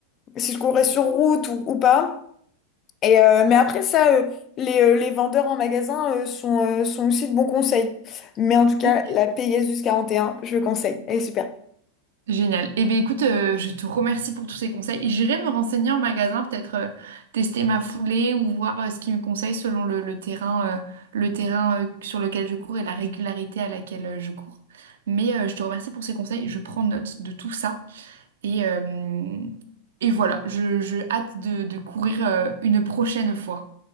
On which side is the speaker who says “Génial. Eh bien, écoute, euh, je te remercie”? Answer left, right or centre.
Right